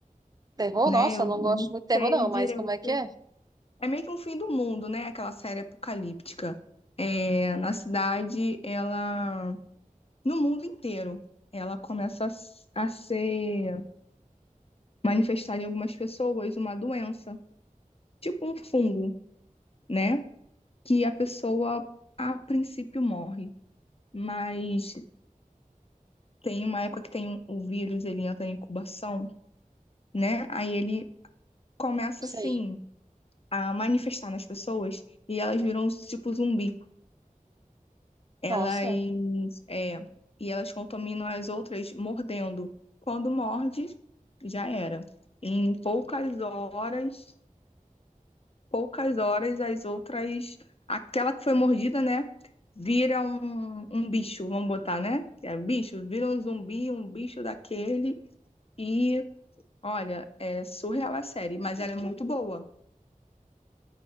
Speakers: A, on the right; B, on the left.
A: Terror?
B: né?
A: Nossa,
B: Eu
A: eu não
B: não
A: gosto muito de terror,
B: sei
A: não,
B: direito.
A: mas como é que é?
B: É meio que um fim do mundo, né? Aquela série apocalíptica. É, na cidade, ela. No mundo inteiro, ela começa a s- a ser manifestada em algumas pessoas uma doença, tipo um fungo, né? Que a pessoa, a princípio, morre. Mas tem uma época que tem um- o vírus, ele entra em incubação, né? Aí ele começa assim
A: Sei.
B: a manifestar nas pessoas e elas viram tipo zumbi. Elas
A: Nossa,
B: é, e elas contaminam as outras mordendo. Quando morde, já era. Em poucas horas, poucas horas as outras, aquela que foi mordida, né, vira um, um bicho, vamos botar, né? É bicho, vira um zumbi, um bicho daquele e olha, é surreal a série, mas ela é muito boa.